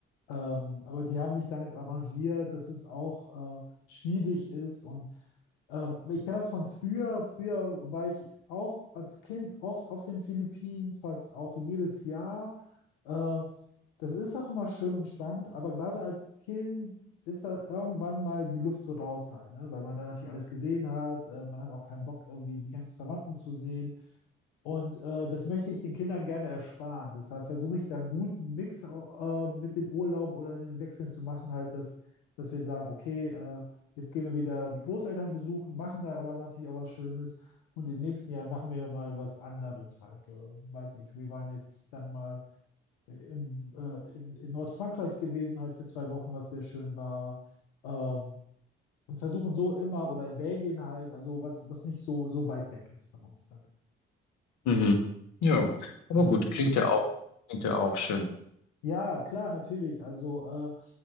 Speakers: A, on the left (about 80°); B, on the left (about 65°).
A: ähm, aber die haben sich damit arrangiert, dass es auch äh, schwierig ist. Und ähm, ich kenne das von früher. Früher war ich auch als Kind oft auf den Philippinen, fast auch jedes Jahr. Äh, das ist auch immer schön und spannend, aber gerade als Kind ist da irgendwann mal die Luft so raus halt, ne? Weil man dann natürlich alles gesehen hat. Äh, man hat auch keinen Bock, irgendwie die ganzen Verwandten zu sehen. Und äh, das möchte ich den Kindern gerne ersparen. Deshalb versuche ich dann einen guten Mix au- äh, mit den Urlauben oder den Wechseln zu machen, halt, dass, dass wir sagen, okay, äh, jetzt gehen wir wieder die Großeltern besuchen, machen da aber natürlich auch was Schönes. Und im nächsten Jahr machen wir mal was anderes halt. Äh, weiß nicht, wir waren jetzt dann mal im, äh, in, in Nordfrankreich gewesen, halt für zwei Wochen, was sehr schön war. Äh, und versuchen so immer, oder in Belgien halt, also was, was nicht so, so weit weg ist von uns dann.
B: Mhm. Ja, aber
A: Äh,
B: gut, klingt ja auch, klingt ja auch schön.
A: Ja, klar, natürlich. Also, äh,